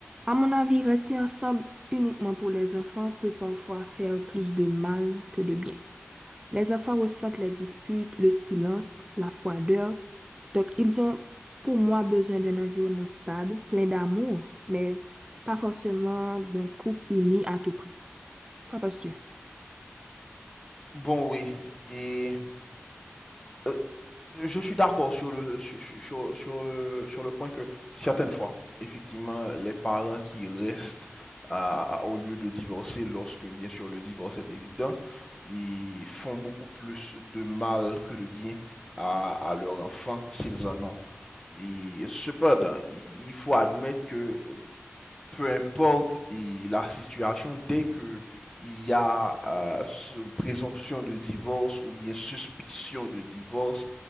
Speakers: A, on the right (about 20°); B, on the left (about 15°).
A: À mon avis, rester ensemble uniquement pour les enfants peut parfois faire plus de mal que de bien. Les enfants ressentent les disputes, le silence, la froideur. Donc, ils ont, pour moi, besoin d'un environnement stable, plein d'amour, mais pas forcément d'un couple uni à tout prix. Qu'en penses-tu?
B: Bon, oui. Et euh, je suis d'accord sur le, sur, sur- sur le, sur le point que certaines fois, effectivement, les parents qui restent à- au lieu de divorcer, lorsque bien sûr le divorce est évident, ils font beaucoup plus de mal que de bien à, à leur enfant s'ils en ont. Et cependant, il il faut admettre que peu importe et la situation, dès que il y a euh, ce- présomption de divorce ou bien suspicion de divorce,